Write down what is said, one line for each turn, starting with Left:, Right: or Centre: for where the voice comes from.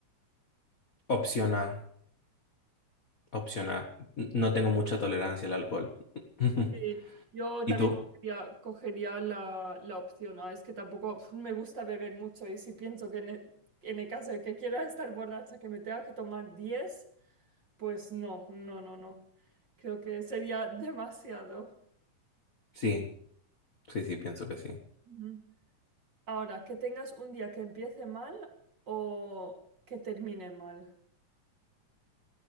Left: Opción A, opción A. N- No tengo mucha tolerancia al alcohol. <laughs>
Right: Sí, yo
Left: ¿Y
Right: también
Left: tú?
Right: cogería, cogería la, la opción A. Es que tampoco pf, me gusta beber mucho y si pienso que en el, en el caso de que quiera <laughs> estar borracha, que me tenga que tomar 10, pues no, no, no, no. Creo que sería <laughs> demasiado.
Left: Sí, sí, sí, pienso que sí.
Right: Ujú. Ahora, que tengas un día que empiece mal o que termine mal.